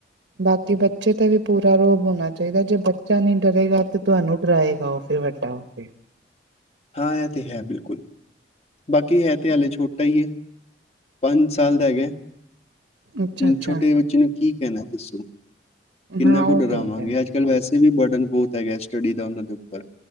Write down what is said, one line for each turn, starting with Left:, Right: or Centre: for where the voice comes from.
Right: ਬਾਕੀ ਬੱਚੇ ਤੇ ਵੀ ਪੂਰਾ ਰੋਹਬ ਹੋਣਾ ਚਾਹੀਦਾ, ਜੇ ਬੱਚਾ ਨਹੀਂ ਡਰੇਗਾ ਤੇ ਤੁਹਾਨੂੰ ਡਰਾਇਗਾ, ਓ ਫਿਰ ਵੱਡਾ ਹੋਕੇ।
Left: ਹਾਂ, ਐ ਤੇ ਹੈ ਬਿਲਕੁਲ। ਬਾਕੀ ਹੈ ਤੇ ਹਾਲੇ ਛੋਟਾ ਹੀ ਹੈ, ਪੰਜ ਸਾਲ ਦਾ ਹੈਗਾ
Right: ਅੱਛਾ
Left: ਹੁਣ
Right: ਅੱਛਾ
Left: ਛੋਟੇ ਬੱਚੇ ਨੂੰ ਕੀ ਕਹਿਣਾ ਦੱਸੋ, ਕਿੰਨਾ
Right: ਹਾਂ
Left: ਕੁ
Right: ਉਹ
Left: ਡਰਾਵਾਂਗੇ
Right: ਤੇ ਹੈਗਾ
Left: ਅੱਜ ਅੱਜ-ਕੱਲ ਵੈਸੇ ਵੀ ਬਰਡਨ ਬਹੁਤ ਹੈਗਾ ਸਟੱਡੀ ਦਾ ਉਹਨਾਂ ਦੇ ਉੱਪਰ।